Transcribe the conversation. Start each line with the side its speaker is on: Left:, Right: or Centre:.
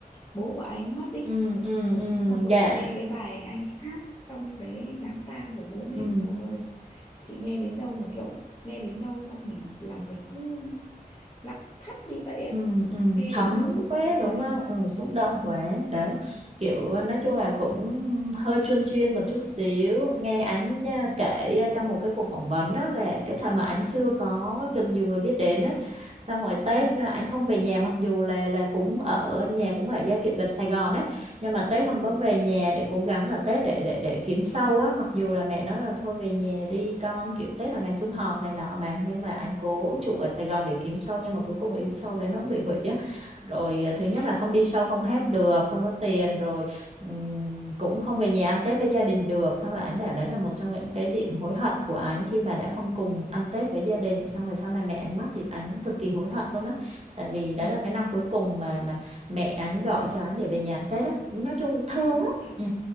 Left: bố của anh mất ý
Right: ừ ừ ừ
Left: xong rồi
Right: dạ
Left: chị nghe cái bài anh ấy hát trong cái đám tang của bố mình
Right: ừ
Left: trời ơi chị nghe đến đâu mà kiểu nghe đến đâu xong mình lòng mình cứ lặng thắt đi vậy á
Right: ừ ừ
Left: nghe
Right: thấm
Left: đến đâu xúc
Right: quá
Left: động đến
Right: đúng
Left: đấy
Right: không ừ, xúc động
Left: ừ
Right: quá đấy kiểu ờ, nói chung là cũng hơi chuyên chuyên một chút xíu nghe ảnh à,
Left: ừ
Right: kể à, trong một cái cuộc phỏng vấn đó là cái thời mà ảnh chưa có được nhiều người biết đến á xong rồi Tết
Left: ừ
Right: à, ảnh không về nhà mặc dù là là cũng ở nhà cũng ở Gia Kiệm gần Sài Gòn á nhưng mà Tết không
Left: ừ
Right: có về nhà để cố gắng ở Tết để để để kiếm sau á mặc dù là mẹ nói là thôi về nhà đi con kiểu Tết là ngày sum họp này nọ mà nhưng mà anh cố
Left: ừ ừ,
Right: trụ ở Sài Gòn để kiếm show nhưng mà cuối cùng cái show đấy nó cũng bị hủy á rồi ờ, thứ
Left: ừ,
Right: nhất là không
Left: ừ,
Right: đi show không hết được không có tiền rồi ừm, cũng không về nhà ăn Tết với gia đình được xong rồi anh bảo đấy là một trong những cái điểm hối hận của anh khi mà đã không cùng ăn Tết với gia đình xong rồi sau này mẹ anh mất thì anh cực kỳ hối hận luôn á tại vì đấy
Left: ừ,
Right: là cái năm cuối cùng mà mà mẹ anh gọi cho anh để về nhà ăn Tết á nói chung cũng thương
Left: đúng
Right: lắm
Left: kiểu
Right: ừ